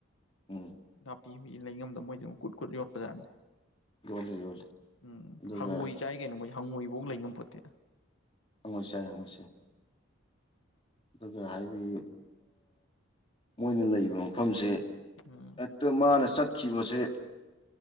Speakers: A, on the left (about 25°); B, on the left (about 80°).
A: ꯎꯝ
B: ꯅꯥꯄꯤ ꯃꯤ ꯂꯩꯉꯝꯗ ꯃꯣꯏꯗꯤ ꯑꯗꯨꯝ ꯀꯨꯠ ꯀꯨꯠ ꯌꯣꯠꯄꯖꯥꯠꯅꯤ
A: ꯌꯣꯜꯂꯦ ꯌꯣꯜꯂꯦ
B: ꯎꯝ
A: ꯑꯗꯨꯒ
B: ꯍꯪꯉꯣꯏ ꯆꯥꯏ ꯀꯩꯅꯣ ꯃꯣꯏ ꯍꯪꯉꯣꯏꯕꯧ ꯂꯩꯅꯝꯄꯣꯠꯇꯦ
A: ꯍꯪꯉꯣꯏꯆꯥꯏ ꯃꯣꯏꯁꯦ ꯑꯗꯨꯒ ꯍꯥꯏꯗꯤ ꯃꯣꯏꯅ ꯂꯩꯕ ꯃꯐꯝꯁꯦ
B: ꯎꯝ
A: ꯑꯠꯇ ꯃꯥꯅ ꯆꯠ ꯕꯁꯦ